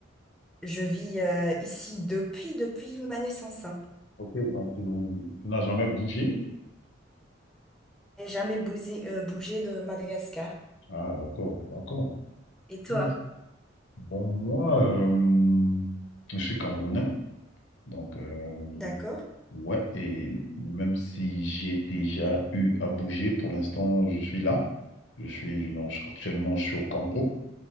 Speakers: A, in the centre; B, on the left (about 65°).
A: Je vis euh, ici depuis depuis ma naissance. hein.
B: Ok, donc tu, tu n'as jamais bougé?
A: J'ai jamais bougé, euh, bougé de Madagascar.
B: Ah, d'accord, d'accord.
A: Et toi,
B: Oh, Bon, moi, euh, je suis Camerounais, donc euh,
A: d'accord?
B: ouais, et même si j'ai déjà eu à bouger, pour l'instant, je suis là. Je suis donc actuellement je suis au Cameroun.